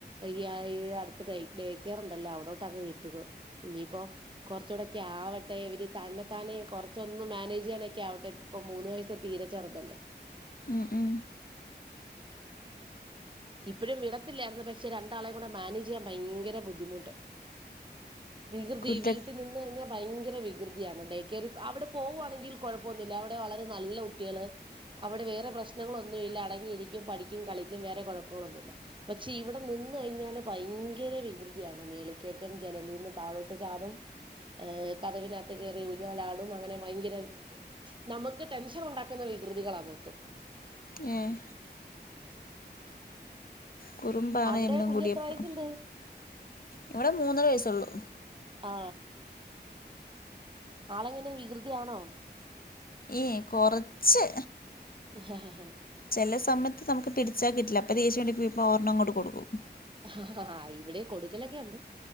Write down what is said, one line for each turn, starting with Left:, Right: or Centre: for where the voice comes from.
Right: ഈ അടുത്ത് ഡേക്കെയറുണ്ടല്ലോ അവിടോട്ട് അങ്ങ് വിട്ടുകോ ഇനിയിപ്പോ കൊറച്ചൂടൊക്കെ ആവട്ടെ ഇവര് തന്നെ താനെ കുറച്ചൊന്ന് മാനേജ് ചെയ്യാനൊക്കെ ആവട്ടെ ഇപ്പം മൂന്ന് വയസ്സ് തീരെ ചെറുതല്ലേ
Left: ഉം ഉം
Right: ഇപ്പോഴും വിടത്തില്ലായിരുന്നു പക്ഷെ രണ്ടാളെയും കൂടെ മാനേജ് ചെയ്യാൻ ഭയങ്കര ബുദ്ധിമുട്ട് വികൃതി
Left: കുരുത്ത
Right: വീട്ടി നി ന്ന് കഴിഞ്ഞാൽ ഭയങ്കര വികൃതിയാണ് ഡേക്കെയറിൽ അവിടെ പോവാണെങ്കിൽ കുഴപ്പൊന്നുല്ല അവിടെ വളരെ നല്ല കുട്ടികള് അവിടെ വേറെ പ്രശ്നങ്ങളൊന്നുല്ല അടങ്ങിയിരിക്കും പഠിക്കും കളിക്കും വേറെ കുഴപ്പങ്ങളൊന്നുല്ല പക്ഷെ ഇവിടെ നിന്ന് കഴിഞ്ഞാല് ഭയങ്കര വികൃതിയാണ് മേളിക്കേറ്റം ജനലീന്ന് താഴോട്ട് ചാടും ഏ് കഥവിനകത്ത് കയറി ഊഞ്ഞാലാടും അങ്ങനെ ഭയങ്കര നമുക്ക് ടെൻഷൻ ഉണ്ടാക്കുന്ന വികൃതികളാ മൊത്തം
Left: ഏഹ് കുറുമ്പാണ്
Right: അവിടെ
Left: രണ്ടും
Right: കുഞ്ഞെത്ര
Left: കൂടിയപ്പൊ
Right: വയസ്സുണ്ട്
Left: ഇവിടെ മൂന്നര വയസ്സുള്ളു
Right: ആ ആളെങ്ങനെ വികൃതിയാണോ
Left: ഏ കുറച്ച്
Right: <unintelligible>
Left: ചില സമയത്ത് നമുക്ക് പിടിച്ചാക്കിട്ടില്ല അപ്പ <unintelligible> ഓരെണ്ണം അങ്ങോട്ട കൊടുക്കും
Right: ് ഇവിടെ കൊടുക്കലൊക്കെ ഉണ്ട്